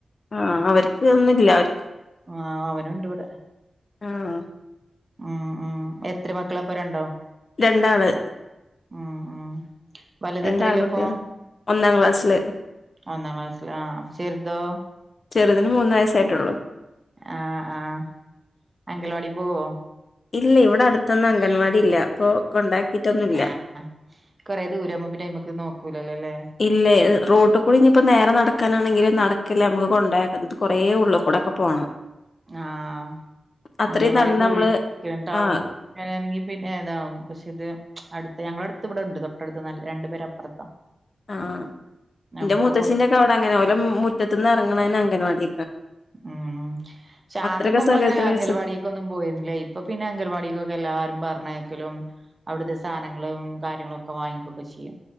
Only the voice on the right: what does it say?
ആഹ് അവനുണ്ട് ഇവിടെ
ഉം ഉം എത്ര മക്കളാ പ്പരണ്ടോ
ഉം ഉം വലുത്
എത്രയിലാ അപ്പോ
ഒന്നാം ക്ലാസ്സില് ആ അപ്പൊ ചെറുതോ
ആഹ് ആഹ് അങ്കൽവാടി പോവോ
ആഹ് കൊറേ ദൂരാവുമ്പോ പിന്നെ അയ്മക്ക് നോക്കൂലല്ലോ ല്ലേ
ആഹ്
അംഗൾവാടിക്കെ
ഉള്ളിൽ ടൗണങ്ങനെ
എറങ്ങി പിന്നെ എതും പക്ഷെ ഇത് അടുത്ത് ഞങ്ങളടുത്ത് ഇവിടെ ഉണ്ട് തൊട്ടടുത്ത് നല്ല രണ്ട് പെര അപ്പുറത്താ
അപ്പൊ
കൊ
ഉം പക്ഷെ
ആദ്യം നമ്മള
അങ്ങനെ അങ്കൽവാടിക്ക്ന്നും
പോയിരുന്നില്ല ഇപ്പൊ പിന്നെ അംഗൽവാടിക്കൊക്കെ എല്ലാരും പറഞ്ഞേക്കലും അവിടുത്തെ സാധനങ്ങളും കാര്യങ്ങളുംക്കെ വാങ്ങിക്കൊക്കെ ചെയ്യും